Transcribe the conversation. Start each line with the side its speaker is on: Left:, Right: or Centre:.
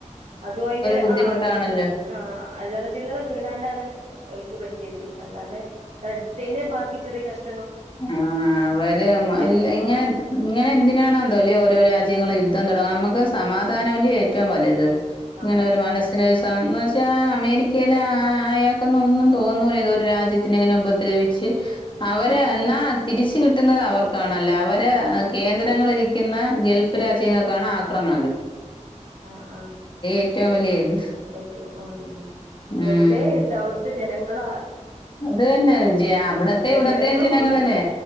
Right: അതും അയിന്റെ
Left: ബുദ്ധിമുട്ടാണല്ലോ
Right: ആ ആ അല്ലറ ചില്ലറ വീണാണ്ടാണ് അവൾക്ക് പറ്റിയത് അല്ലാതെ തടുത്തേയ്ൻ്റെ ബാ ക്കി ചെറ്യേ കഷ്
Left: ആ അവര്
Right: ശരി
Left: ല്ല ഇങ്ങനെ ഇങ്ങനെ എന്തിനാണാന്തോല്ലെ ഓരോ രാജ് രജ്യങ്ങള് യുദ്ധം തുടങ്ങു നമുക്ക് സമാധാനം അല്ലേ ഏറ്റവും വലുത്
Right: ആ
Left: ഇങ്ങനെ ഒരു മനസ്സിനേസ് താന്ന് വെച്ചാ അമേരിക്കയിലെ ആ ആയാക്കുന്നൊന്നും തോന്നൂല ഇതൊരു രാജ്യത്തിനെ ഇങ്ങനെ ഉപദ്രവിച്ച് <unintelligible>
Right: ഉം ഉം
Left: എന്നാ തിരിച്ച് കിട്ട് ട്ടുന്നത് അവർക്കാണല്ല അവര് കേന്ദ്രങ്ങളിരിക്കുന്ന ഗൾഫ് രാജ്യങ്ങക്കാണ് അ പ്രണ
Right: ആഹ് ആഹ്
Left: ഏറ്റവും വലിയ ഇത്
Right: ഏറ്റവും ആ
Left: ഉം
Right: വെറുതെ ഇ അവിടുത്തെ ജനങ്ങള
Left: അത് തന്നെ അവിടത്തെ ഇവിടത്തേ
Right: ജനങ്ങള്
Left: ജനങ്ങളല്ലേ
Right: കുടുങ്ങ